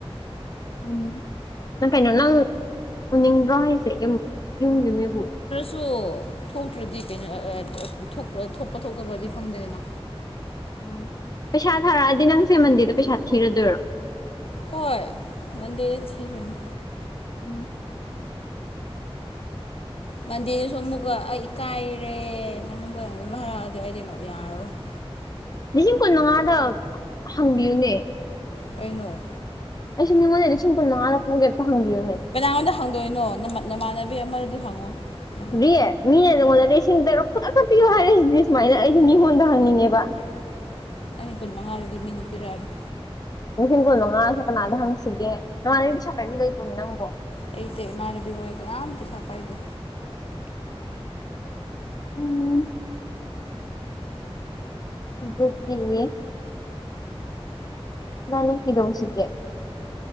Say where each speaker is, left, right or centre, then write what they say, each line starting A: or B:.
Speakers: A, on the left; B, on the left.
A: ꯎꯝ ꯅꯪ ꯀꯩꯅꯣ ꯅꯪ ꯎꯅꯤꯡꯗꯣꯔ ꯍꯥꯏꯁꯦ ꯌꯨꯝ ꯌꯨꯝꯒꯤ ꯃꯤꯕꯨ
B: ꯁꯨ ꯊꯣꯛꯇ꯭ꯔꯗꯤ ꯀꯩꯅꯣ ꯑ ꯊꯣꯛꯄ ꯊꯣꯛꯇꯕꯗꯤ ꯈꯪꯗꯦꯗꯅ
A: ꯑꯣ ꯄꯩꯁꯥ ꯊꯥꯔꯛꯑꯗꯤ ꯅꯪ ꯁꯤ ꯃꯟꯗꯦꯗ ꯄꯩꯁꯥ ꯊꯤꯔꯗꯣꯏꯔꯣ
B: ꯍꯣꯏ ꯃꯟꯗꯦꯗ ꯊꯤꯒ꯭꯭ꯔꯅꯤ
A: ꯎꯝ
B: ꯃꯟꯗꯦꯗꯨꯁꯨ ꯑꯃꯨꯛꯀ ꯑꯩ ꯏꯀꯥꯏꯔꯦ ꯅꯪꯕꯨ ꯑꯗꯨꯝ ꯍꯥꯏꯔꯛꯑꯗꯤ ꯑꯩꯗꯤ ꯌꯥꯔꯔꯣꯏ <inaudible>
A: ꯂꯤꯁꯤꯡ ꯀꯨꯟ ꯃꯉꯥꯗ ꯍꯪꯕꯤꯌꯨꯅꯦ
B: ꯀꯩꯅꯣ
A: ꯑꯩꯁꯨ ꯃꯤꯉꯣꯟꯗꯒꯤ ꯂꯤꯁꯤꯡ ꯀꯨꯟ ꯃꯉꯥ ꯇ ꯄꯨꯒꯦ ꯑꯝꯇ ꯍꯪꯕꯤꯌꯣ
B: ꯀꯅꯥꯉꯣꯟꯗ ꯍꯪꯗꯣꯏꯅꯣ ꯅꯃꯥ ꯅꯃꯥꯟꯅꯕꯤ ꯑꯃꯗꯨꯗ ꯍꯪꯉꯣ ꯅꯪ
A: ꯀ꯭ꯔꯤ ꯃꯤꯅ ꯅꯉꯣꯟꯗ ꯂꯤꯁꯤꯡ ꯇꯔꯨꯛ ꯈꯨꯗꯛꯇ ꯄꯤꯌꯣ ꯍꯥꯏꯔꯛꯏꯁꯤꯗꯤ ꯁꯨꯃꯥꯏꯅ ꯑꯩꯁꯨ ꯃꯤꯉꯣꯟꯗ ꯍꯪꯅꯤꯡꯉꯦꯕ
B: <inaudible> ꯀꯨꯟꯃꯉꯥ ꯗꯨꯗꯤ ꯃꯤꯅ ꯄꯤꯔꯛꯑꯔꯣꯏ
A: ꯂꯤꯁꯤꯡ ꯀꯨꯟꯃꯉꯥꯁꯤ ꯀꯅꯥꯗ ꯍꯪꯁꯤꯒꯦ ꯅꯃꯥꯟꯅꯕꯤ ꯄꯩꯁꯥ ꯄꯥꯏꯕꯤ ꯂꯩꯇ꯭ꯔꯣꯃꯤ ꯅꯪꯕꯣ
B: ꯂꯩꯇꯦ ꯏꯃꯥꯟꯅꯕꯤ ꯍꯣꯏ ꯀꯅꯥꯝ ꯄꯩꯁꯥ ꯄꯥꯏꯗꯦ
A: ꯎꯝ ꯈꯨꯗꯛꯀꯤꯅꯦ ꯏꯕꯥꯅꯤ ꯀꯩꯗꯧꯁꯤꯒꯦ